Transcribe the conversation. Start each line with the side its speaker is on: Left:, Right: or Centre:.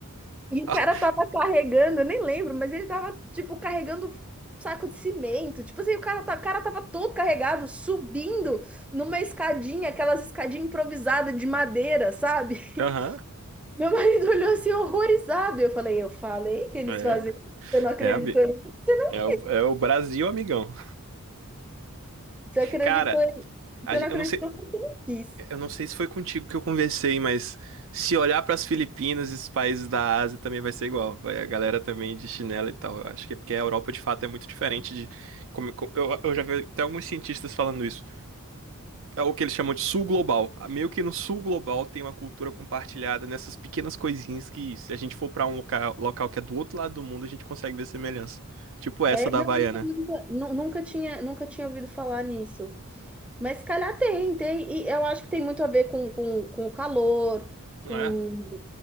Centre: E o
Right: <laughs>
Centre: cara tava carregando, eu nem lembro, mas ele tava, tipo, carregando saco de cimento. Tipo assim, o cara, tá- o cara tava todo carregado, subindo numa escadinha, aquelas escadinhas improvisadas de madeira, sabe?
Right: Aham.
Centre: <laughs> Meu marido olhou assim horrorizado. Eu falei, eu falei que eles
Right: É.
Centre: fazem. isso, Você não acreditou
Right: É, ami-
Centre: em mim? Você não,
Right: é o, é o Brasil, amigão.
Centre: você acreditou
Right: Cara,
Centre: em, você
Right: a gen-
Centre: não acreditou
Right: eu não sei.
Centre: porque eu não quis.
Right: Eu não sei se foi contigo que eu conversei, mas se olhar para as Filipinas e os países da Ásia também vai ser igual. Vai a galera também de chinelo e tal. Eu acho que é porque a Europa de fato é muito diferente de como co- eu, eu já vi até alguns cientistas falando isso. É o que eles chamam de sul global. Ah, Meio que no sul global tem uma cultura compartilhada nessas pequenas coisinhas que se a gente for para um local, local que é do outro lado do mundo, a gente consegue ver semelhança. Tipo essa
Centre: É,
Right: da
Centre: não,
Right: Havaiana.
Centre: nunca, nunca, nu- nunca tinha, nunca tinha ouvido falar nisso. Mas se calhar tem, tem. E eu acho que tem muito a ver com, com, com o calor, com,
Right: É.